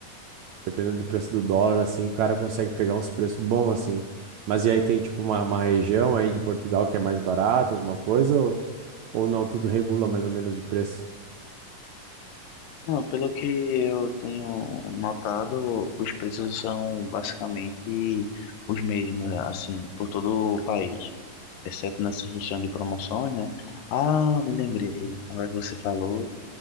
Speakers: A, on the right; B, on the left.
A: dependendo do preço do dólar, assim, o cara consegue pegar uns preços bons, assim. Mas e aí tem, tipo, uma, uma região aí de Portugal que é mais barato, alguma coisa, ou, ou não, tudo regula mais ou menos de preço?
B: Não, pelo que eu tenho notado, os preços são basicamente os mesmos, assim, por todo o país, exceto nessa questão de promoções, né? Ah, me lembrei, agora que você falou,